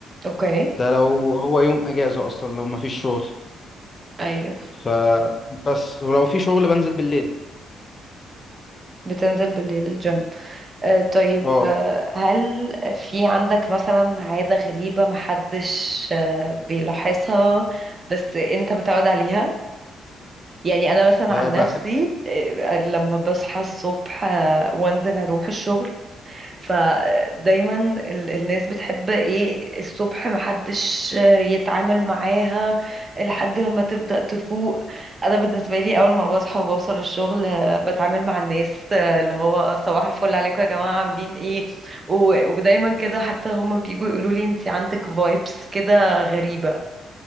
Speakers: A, on the right (about 30°); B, on the left (about 35°).
A: اوكي
B: ده لو هو يوم اجازه اصلا لو مفيش شغل
A: ايوه
B: ف بس ولو في شغل بنزل بالليل
A: بتنزل بالليل الجيم آه طيب
B: اه
A: آه هل في عندك مثلا عادة غريبة محدش آه بيلاحظها بس انت متعود عليها يعني انا مثلا
B: آه،
A: عن
B: بحب
A: نفسي آه لما بصحى الصبح آه وانزل اروح الشغل فدايما ال- الناس بتحب ايه الصبح محدش يتعامل معاها لحد لما تبدأ تفوق انا بالنسبة لي اول ما بصحى وبوصل الشغل آه، بتعامل مع الناس آه، اللي هو صباح الفل عليكم يا جماعة عاملين ايه و- ودايما كده حتى هما بيجوا يقولوا لي انت عندك فايبس كده غريبة